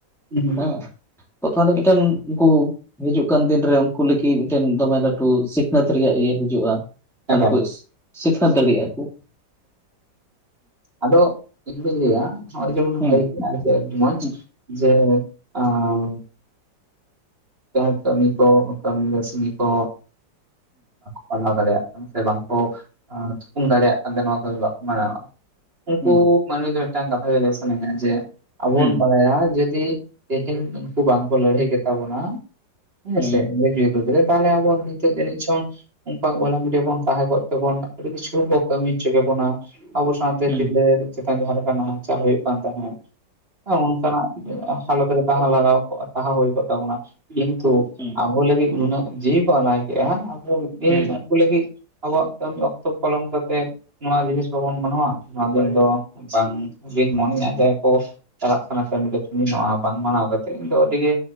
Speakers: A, on the right; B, in the centre.
A: ᱦᱩᱸ
B: ᱦᱮᱸ ᱫᱚ ᱛᱟᱦᱞᱮ ᱢᱤᱫᱴᱮᱱ ᱩᱱᱠᱩ ᱦᱤᱡᱩᱜ ᱠᱟᱱ ᱫᱤᱱᱨᱮ ᱩᱱᱠᱩ ᱞᱟᱹᱜᱤᱫ ᱢᱤᱫᱴᱮᱱ ᱫᱚᱢᱮ ᱞᱟᱹᱴᱩ ᱥᱤᱠᱷᱱᱟᱹᱛ ᱨᱮᱭᱟᱜ ᱤᱭᱟᱹ ᱦᱤᱡᱩᱜᱼᱟ᱾ ᱛᱟᱦᱮᱞᱮ
A: ᱮᱠᱟᱞ
B: ᱠᱩ ᱥᱤᱠᱷᱱᱟᱹᱛ ᱫᱟᱲᱮᱭᱟᱜ ᱟᱠᱩ᱾
A: ᱟᱫᱚ ᱤᱧᱫᱩᱧ ᱞᱟᱹᱭᱟ ᱱᱚᱜᱼᱚᱭ ᱡᱮᱢᱚᱱ
B: ᱦᱩᱸ
A: ᱞᱟᱹᱭ ᱠᱮᱜᱼᱟ ᱡᱮ ᱢᱚᱸᱡᱽ
B: ᱦᱩᱸ
A: ᱡᱮᱸ <unintelligible> ᱡᱟᱸᱦᱟ ᱠᱟᱹᱢᱤ ᱠᱚ ᱠᱟᱹᱢᱤ ᱠᱟᱹᱥᱤ ᱠᱚ᱾ ᱯᱟᱲᱦᱟᱣ ᱫᱟᱲᱮᱭᱟᱜ ᱠᱟᱱᱟ ᱥᱮ ᱵᱟᱝᱠᱚ ᱛᱷᱩᱠᱩᱢ ᱫᱟᱲᱮᱭᱟᱜ ᱠᱟᱱ ᱛᱮ ᱱᱚᱣᱟ ᱠᱚ ᱵᱟᱠᱚ ᱢᱟᱱᱟᱣᱼᱟ᱾ ᱩᱱᱠᱩ
B: ᱦᱩᱸ
A: ᱢᱟᱹᱱᱢᱤ ᱫᱚ ᱢᱤᱫᱴᱟᱝ ᱠᱟᱛᱷᱟ ᱜᱮ ᱞᱟᱹᱭ ᱥᱟᱱᱟᱧᱟ ᱡᱮ ᱟᱵᱚ
B: ᱦᱩᱸ
A: ᱵᱚᱱ ᱵᱟᱲᱟᱭᱟ ᱡᱩᱫᱤ ᱛᱮᱦᱮᱧ ᱩᱱᱠᱩ ᱵᱟᱝ ᱠᱚ ᱞᱟᱹᱲᱦᱟᱹᱭ ᱠᱮᱛᱟ ᱵᱚᱱᱟ᱾ ᱦᱮᱸᱥᱮ
B: ᱦᱩᱸ ᱦᱩᱸ
A: <unintelligible> ᱵᱤᱨᱩᱫᱽ ᱨᱮ ᱛᱟᱦᱚᱞᱮ ᱟᱵᱚ ᱱᱤᱛᱚᱜ ᱡᱟᱹᱱᱤᱡ ᱪᱚᱝ ᱚᱱᱠᱟ ᱜᱚᱞᱟᱢᱤᱞᱮ ᱵᱚᱱ ᱛᱟᱦᱮᱸ ᱠᱚᱜ ᱛᱮᱵᱚᱱ ᱟᱹᱰᱤ ᱠᱤᱪᱷᱩ ᱵᱚ ᱠᱟᱹᱢᱤ ᱦᱚᱪᱚ ᱠᱮᱵᱚᱱᱟ ᱟᱵᱚ ᱥᱟᱶᱛᱮ
B: ᱦᱩᱸ
A: ᱛᱤᱨᱞᱟᱹ ᱪᱮᱛᱟᱱ ᱡᱟᱦᱟᱸ ᱞᱮᱠᱟ ᱱᱟᱦᱟᱪᱟᱨ ᱦᱩᱭᱩᱜ ᱠᱟᱱ ᱛᱟᱦᱮᱸᱫ᱾ ᱚᱱᱠᱟᱱᱟᱜ ᱦᱟᱞᱚᱛ ᱨᱮ ᱛᱟᱦᱮᱸ ᱞᱟᱜᱟᱣ ᱠᱚᱜᱼᱟ, ᱛᱟᱦᱮᱸ ᱦᱩᱭ ᱠᱚᱜ ᱛᱟᱵᱚᱱᱟ ᱠᱤᱱᱛᱩ
B: ᱦᱩᱸ
A: ᱟᱵᱚ ᱞᱟᱹᱜᱤᱫ ᱱᱩᱱᱟᱹᱜ ᱡᱤᱣᱤᱚ ᱠᱚ ᱟᱞᱟᱭ ᱜᱮᱼᱟ, ᱟᱵᱚ ᱢᱤᱫ ᱫᱤᱱ
B: ᱦᱩᱸ
A: ᱩᱱᱠᱩ ᱞᱟᱹᱜᱤᱫ ᱟᱵᱚᱣᱟᱜ ᱠᱟᱹᱢᱤ ᱚᱠᱛᱚ ᱯᱚᱞᱚᱢ ᱠᱟᱛᱮᱫ ᱱᱚᱣᱟ ᱡᱤᱱᱤᱥ ᱵᱟᱵᱚᱱ ᱢᱟᱱᱟᱣᱟ ᱱᱚᱣᱟ ᱫᱚ ᱤᱧ ᱫᱚ ᱵᱟᱝᱜᱤᱧ ᱢᱚᱱᱮᱭᱟ ᱡᱟᱦᱟᱸ ᱠᱚ ᱪᱟᱞᱟᱜ ᱠᱟᱱᱟ ᱠᱟᱹᱢᱤ ᱠᱟᱪᱷᱱᱤ ᱱᱚᱣᱟ ᱵᱟᱝ ᱢᱟᱱᱟᱣ ᱠᱟᱛᱮᱫ ᱤᱧ ᱫᱚ ᱟᱹᱰᱤ ᱜᱮ